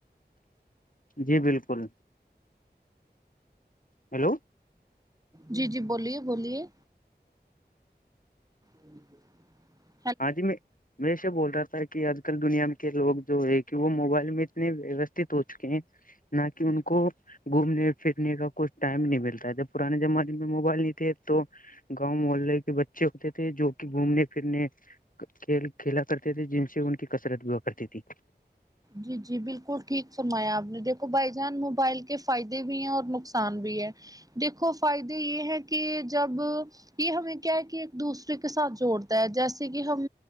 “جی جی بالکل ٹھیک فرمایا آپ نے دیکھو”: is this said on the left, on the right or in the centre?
Right